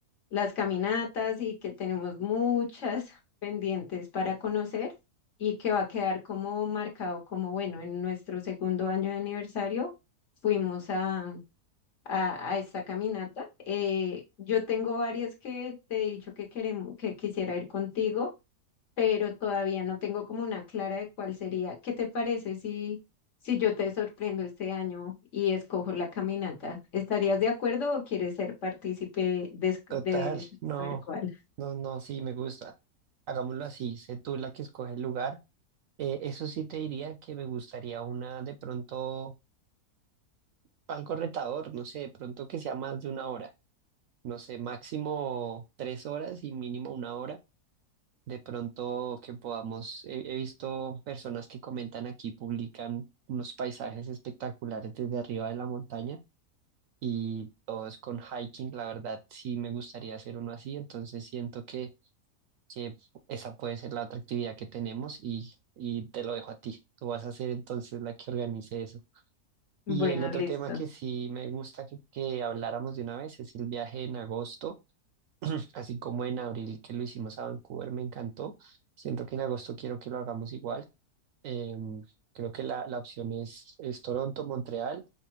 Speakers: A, on the left; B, on the right.
A: las caminatas y que tenemos muchas <laughs> pendientes para conocer y que va a quedar como marcado como, bueno, en nuestro segundo año de aniversario fuimos a, a, a esta caminata. Eh, yo tengo varias que te he dicho que queremos, que quisiera ir contigo, pero todavía no tengo como una clara de cuál sería. ¿Qué te parece si, si yo te sorprendo este año y escojo la caminata? ¿Estarías de acuerdo o quieres ser partícipe de, esc-
B: Total,
A: de
B: no,
A: saber cuál?
B: no, no, sí, me gusta. Hagámoslo así, sé tú la que escoge el lugar. Eh, eso sí te diría que me gustaría una de pronto, algo retador, no sé, de pronto que sea más de una hora, no sé, máximo tres horas y mínimo una hora. De pronto que podamos, he he visto personas que comentan aquí, publican unos paisajes espectaculares desde arriba de la montaña. y todo es con hiking. La verdad, sí me gustaría hacer uno así, entonces siento que, que esa puede ser la otra actividad que tenemos y, y te lo dejo a ti. Tú vas a ser entonces la que organice eso.
A: Bueno,
B: Y el otro
A: listo.
B: tema que sí me gusta que, que habláramos de una vez es el viaje en agosto, <clears throat> así como en abril que lo hicimos a Vancouver, me encantó. Siento que en agosto quiero que lo hagamos igual. Em, creo que la, la opción es, es Toronto, Montreal